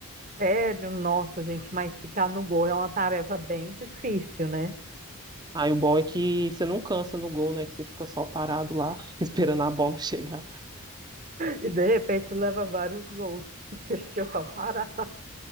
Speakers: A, on the right (about 35°); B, on the right (about 20°).
A: Sério, nossa, gente, mas ficar no gol é uma tarefa bem difícil, né?
B: Aí o bom é que você não cansa no gol, né? Que você fica só parado lá, <laughs> esperando a bola chegar.
A: E de repente leva vários gols, <laughs> porque eu só parada.